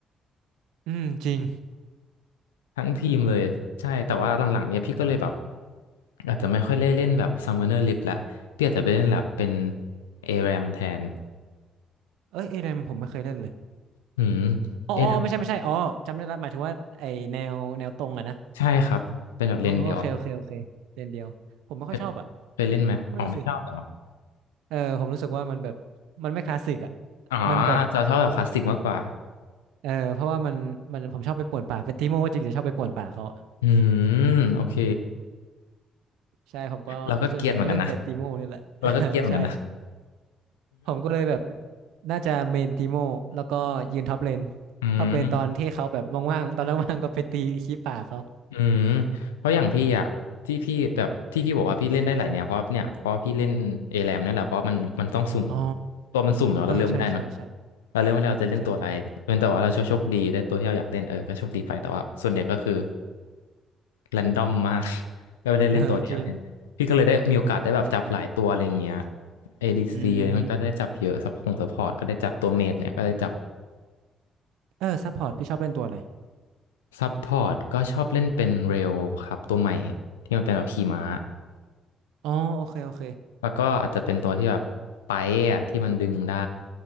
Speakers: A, on the right; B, on the left.
A: อืมจริง
B: ทั้งทีมเลยใช่แต่ว่าหลังๆเนี้ยพี่ก็เลยแบบอาจจะไม่ค่อยได้เล่นแบบ Summoner Rift ละพี่อาจจะไปเล่นแบบเป็น ARAM แทน
A: เอ้ยเอเดมผมไม่เคยเล่นเลย
B: อืม
A: อ๋ออ๋อไม่ใช่ไม่ใช่อ๋อจำได้ละหมายถึงว่าไอแนวแนวตรงอะนะ
B: ARAM ใช่ครับเป็นแบบเลนเดียว
A: อ๋อโอเคโอเคโอเคเลนเดียวผมไม่ค่อยชอบอ่ะ
B: เปเคยเล่นไหมอ๋อไม่ชอบเหรอ
A: ไม่รู้สิเออผมรู้สึกว่ามันแบบมันไม่คลาสสิกอ่ะ
B: อ๋อ
A: มันแบบ
B: จะชอบแบบคลาสสิกมากกว่า
A: เออเพราะว่ามันมันผมชอบไปป่วนป่าเป็นตีโมก็จริงแต่ชอบไปป่วนป่าเขาอะ
B: อืมโอเค
A: ใช่ผมก็ส่วนใหญ่ก็เล่นแต่ตีโมนี่แหละ
B: เราก็เกรียนเหมือนกันนะเราก็เกรียนเหมือนกันนะ
A: <laughs> ใช่ผมก็เลยแบบน่าจะเมนตีโมแล้วก็ยืนท็อปเลน
B: <laughs> อืม
A: ท็อปเลนตอนที่เขาแบบว่างๆตอนว่างๆก็ไปตีขี้ป่าเขา
B: อืมเพราะอย่างพี่อะที่พี่แบบที่พี่บอกว่าพี่เล่นได้หลายแนวเพราะเนี่ยเพราะพี่เล่นเอแรมนั่นแหละเพราะมันมันต้องสุ่ม
A: อ๋อ
B: ตัวมันสุ่มเนาะเราเลือกไม่ได้เนาะ
A: เออใช่ใช่ใช่
B: เราเลือกไม่ได้เราจะเล่นตัวอะไรเป็นแต่ว่าเราโชคดีได้ตัวที่เราอยากเล่นเออก็โชคดีไปแต่ว่าส่วนใหญ่ก็คือ
A: ใช่ใช่
B: แรนดอมมาก <laughs> ก็ไม่ได้เล่นตัวที่ยาเล่นพี่ก็เลยได้มีโอกาสได้แบบจับหลายตัวอะไรอย่างเงี้ย
A: เออจริง
B: ADC
A: อืม
B: เลยมันก็ได้จับเยอะซัพพงซัพพอร์ตก็ได้จับตัวเมจเนี่ยก็ได้จับ
A: เออซัพพอร์ตพี่ชอบเล่นตัวอะไร
B: ซัพพอร์ตก็ชอบเล่นเป็นเรลครับตัวใหม่ที่มันเป็นแบบขี่ม้า
A: อ๋อโอเคโอเค
B: แล้วก็อาจจะเป็นตัวที่แบบไปอะที่มันดึงได้